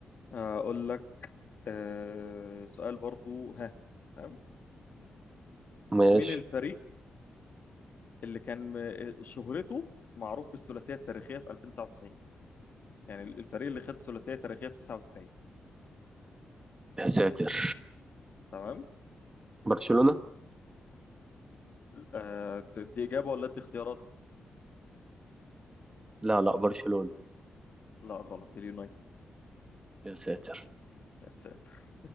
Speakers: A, on the left; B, on the right.
A: اقول لك أه سؤال برضو ها تمام
B: ماشي
A: مين الفريق اللي كان م- شهرته معروف بالثلاثيه التاريخيه في 2099 يعني الفريق اللي خد ثلاثيه تاريخيه في 99
B: يا ساتر
A: تمام
B: برشلونة
A: أه دي اجابه ولا ادي اختيارات
B: لا لا برشلونة
A: لا غلط اليونايتد
B: يا ساتر
A: يا ساتر